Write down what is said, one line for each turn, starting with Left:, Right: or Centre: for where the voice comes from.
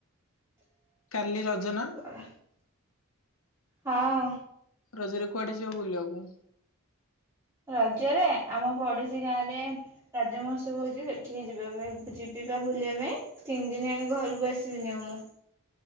Left: କାଲି ରଜ ନା?
Right: ପା ହଁ।
Left: ରଜରେ କୁଆଡେ ଯିବ ବୁଲ ଆକୁ?
Right: ରଜରେ ଆମ ପଡୋଶୀ ଗାଁ ରେ ରାଜ ମହୋତ୍ସବ ହଉଛି, ସେଠିକେ ଯିବା ପାଇଁ ଯିବି ଜିବା ବୁଲିବା ପାଇଁ ତିନି ଦିନୀ ଯକ ଘରକୁ ଆସିବିନି ଆଉ ମୁଁ।